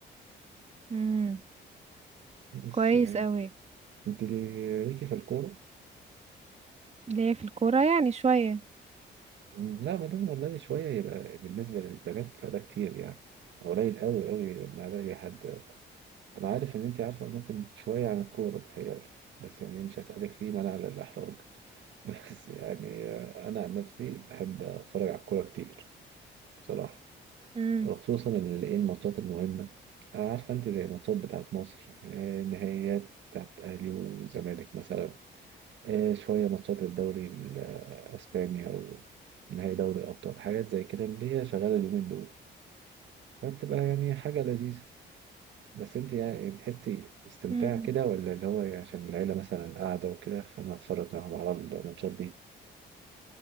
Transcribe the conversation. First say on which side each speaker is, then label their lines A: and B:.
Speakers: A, on the right; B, on the right.
A: امم
B: بس
A: كويس
B: يعني
A: قوي
B: انت لي- ليكي في الكوره
A: ليا في الكورة يعني شوية
B: مم، لا ما دام والله شويه يبقى بالنسبه للبنات فده كتير يعني قليل قوي قوي لما الاقي حد انا عارف ان انت عارفه ممكن شويه عن الكوره بتهيألي بس يعني مش هسألك فيه منع على الاحراج <laughs> بس يعني آه، انا عن نفسي بحب اتفرج على الكوره كتير بصراحه
A: امم
B: خصوصا ال- ايه الماتشات المهمة آه، عارفة انت زي الماتشات بتاعت مصر آه، النهائيات بتاعت اهلي وزمالك مثلا آه، شوية ماتشات الدوري الاسباني او نهائي دوري ابطال حاجات زي كده اللي هي شغالة اليومين دول فبتبقى يعني حاجة لذيذة بس انت يعني بتحسي استمتاع
A: مم.
B: كده ولا اللي هو عشان العيلة مثلا قاعدة وكده فانا اتفرج معاهم على الماتشات